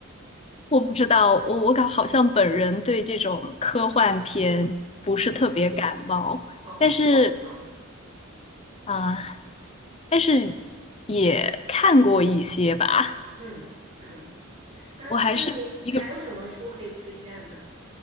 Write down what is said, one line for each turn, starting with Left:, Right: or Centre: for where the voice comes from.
Left: 我不知道，我我感好像本人对这种科幻片不是特别感冒。
Right: 嗯嗯，哦，
Left: 但是
Right: 嗯
Left: 啊，但是也看过一些吧。
Right: 嗯嗯。啊，
Left: 我还是一个，
Right: 那你还有什么书可以推荐呢？